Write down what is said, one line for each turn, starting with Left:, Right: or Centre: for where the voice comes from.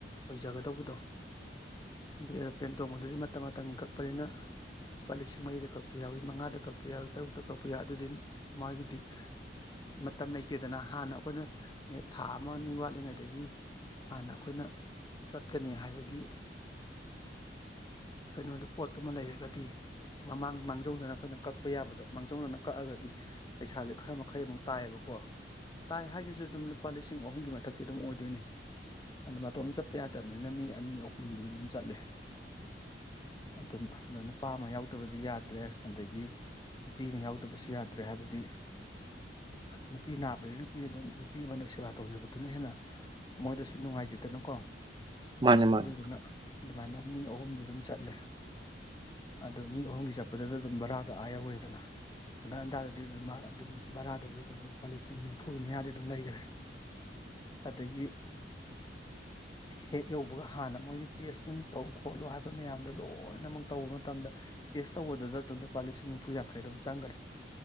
Left: ꯑꯣꯏꯖꯒꯗꯧꯕꯗꯣ
Right: <unintelligible>
Left: ꯑꯗꯨ ꯑꯦꯔꯣꯄ꯭ꯂꯦꯟ ꯇꯣꯡꯕꯗꯗꯤ ꯃꯇꯝ ꯃꯇꯝꯒꯤ ꯀꯛꯄꯅꯤꯅ ꯂꯨꯄꯥ ꯂꯤꯁꯤꯡ ꯃꯔꯤꯗ ꯀꯛꯄ ꯌꯥꯎꯏ ꯃꯉꯥꯗ ꯀꯛꯄ ꯌꯥꯎꯏꯤ ꯇꯔꯨꯛꯇ ꯀꯛꯄ ꯌꯥꯎꯏ ꯑꯗꯨꯗꯤ ꯃꯥꯒꯤꯗꯤ ꯃꯇꯝ ꯂꯩꯇꯦꯗꯅ ꯍꯥꯟꯅ ꯑꯩꯈꯣꯏꯅ ꯊꯥ ꯑꯃ ꯑꯅꯤ ꯋꯥꯠꯂꯤꯉꯩꯗꯒꯤ ꯍꯥꯟꯅ ꯑꯩꯈꯣꯏꯅ ꯆꯠꯀꯅꯤ ꯍꯥꯏꯕꯒꯤ ꯀꯩꯅꯣꯗꯨ ꯄꯣꯠꯇꯨꯃ ꯂꯩꯔꯒꯗꯤ ꯃꯃꯥꯡ ꯃꯥꯡꯖꯧꯗꯅ ꯑꯩꯈꯣꯏꯅ ꯀꯛꯄ ꯌꯥꯕꯗꯣ ꯃꯥꯡꯖꯧꯅꯅ ꯀꯛꯑꯒꯗꯤ ꯄꯩꯁꯥꯁꯦ ꯈꯔ ꯃꯈꯩ ꯑꯃꯨꯛ ꯇꯥꯏꯌꯦꯕꯀꯣ ꯀꯣ ꯇꯥꯏ ꯍꯥꯏꯁꯤꯁꯨ ꯑꯗꯨꯝ ꯂꯨꯄꯥ ꯂꯤꯁꯤꯡ ꯑꯍꯨꯝꯒꯤ ꯃꯊꯛꯇꯤ ꯑꯗꯨꯝ ꯑꯣꯏꯗꯣꯏꯅꯤ ꯑꯗꯨ ꯃꯇꯣꯟꯝ ꯆꯠꯄ ꯌꯥꯗꯕꯅꯤꯅ ꯃꯤ ꯑꯅꯤ ꯑꯍꯨꯝꯗꯨꯅ ꯑꯗꯨꯝ ꯆꯠꯂꯦ ꯑꯗꯨꯝ ꯑꯗꯣ ꯅꯨꯄꯥ ꯑꯃ ꯌꯥꯎꯗꯕꯗꯤ ꯌꯥꯗ꯭ꯔꯦ ꯑꯗꯒꯤ ꯅꯨꯄꯤ ꯑꯃ ꯌꯥꯎꯗꯕꯁꯨ ꯌꯥꯗ꯭ꯔꯦ ꯍꯥꯏꯕꯗꯤ ꯅꯨꯄꯤ ꯅꯥꯕꯗꯒꯤ ꯅꯨꯄꯤꯗ ꯑꯗꯨꯝ ꯅꯨꯄꯤ ꯑꯃꯅ ꯁꯦꯕꯥ ꯇꯧꯖꯕꯗꯨꯅ ꯍꯦꯟꯅ ꯃꯣꯏꯗꯁꯨ ꯅꯨꯡꯉꯥꯏꯖꯗꯅꯀꯣ
Right: ꯃꯥꯅꯦ ꯃꯥꯅꯦ
Left: ꯑꯗꯨꯗꯨꯅ ꯑꯗꯨꯃꯥꯏꯅ ꯃꯤ ꯑꯍꯨꯝꯗꯤ ꯑꯗꯨꯝ ꯆꯠꯂꯦ ꯑꯣ ꯃꯤ ꯑꯍꯨꯝꯒꯤ ꯆꯠꯄꯗꯨꯗ ꯑꯗꯨꯝ ꯕꯔꯥꯗꯣ ꯑꯥ ꯌꯧꯈ꯭ꯔꯦꯗꯅ ꯍꯪꯒꯟ ꯍꯟꯗꯥꯗꯗꯤ ꯑꯗꯨꯝ ꯑꯗꯨꯝ ꯚꯔꯥꯗꯨ ꯑꯗꯨꯝ ꯂꯨꯄꯥ ꯂꯤꯁꯤꯡ ꯅꯤꯐꯨꯒꯤ ꯃꯌꯥꯥꯗꯤ ꯑꯗꯨꯝ ꯂꯩꯈ꯭ꯔꯦ ꯑꯗꯒꯤ ꯍꯦꯛ ꯌꯧꯕꯒ ꯍꯥꯟꯅ ꯃꯣꯏꯒꯤ ꯇꯦꯁ ꯅꯨꯡ ꯇꯧ ꯈꯣꯠꯂꯨ ꯍꯥꯏꯕ ꯃꯌꯥꯝꯗꯣ ꯂꯣꯏꯅꯃꯛ ꯇꯧꯕ ꯃꯇꯝꯗ ꯇꯦꯁ ꯇꯧꯕꯗꯨꯗ ꯑꯗꯨꯝ ꯂꯨꯄꯥ ꯂꯤꯁꯤꯡ ꯅꯤꯐꯨ ꯌꯥꯡꯈꯩ ꯑꯗꯨꯝ ꯆꯪꯈꯔꯦ